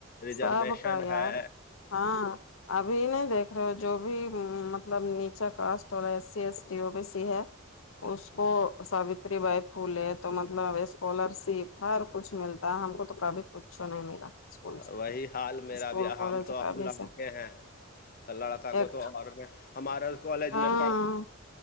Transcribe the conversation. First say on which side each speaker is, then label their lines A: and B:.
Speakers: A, on the left (about 45°); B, on the left (about 75°).
A: ریزرویشن
B: سب کا یار
A: ہے
B: ہاں ابھی نہیں دیکھ رہے جو بھی مطلب نیچا کاسٹ والا S C S T O B C ہے اس کو ساوتری بائی پھولے تو مطلب اسکالر شپ ہر کچھ ملتا ہم کو تو کبھی کچھ نہیں ملا اسکول سے
A: وہی حال میرا
B: اسکول
A: بھی
B: کالج
A: ہم تو
B: کا بھی
A: لڑکے
B: سے
A: ہیں لڑکا
B: ایکٹ
A: کو تو اور ہمارا کالج
B: ہاں
A: میں پڑھ